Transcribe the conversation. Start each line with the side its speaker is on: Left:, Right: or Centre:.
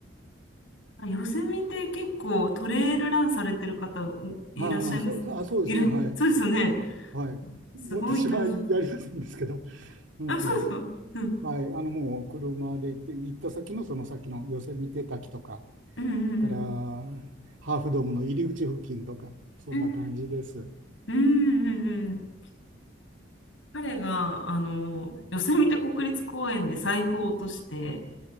Left: あ、ヨセミテ結構トレイルランされてる方おいらっしゃいます。
Right: ああ、そう、そうあ、そうですね。
Left: いる、
Right: はい。
Left: そうですよね。
Right: はい。
Left: すごいなって。
Right: 私はやりませんですけど、うん、
Left: あ、そうですか。
Right: うん。
Left: うん。
Right: はい。あの、もう車で行って、行った先のその先のヨセミテ滝とか、
Left: うんうん
Right: からハーフドームの入り口付近とか、そんな感じです。
Left: うん。うんうんうんうん。彼があのヨセミテ国立公園で財布を落として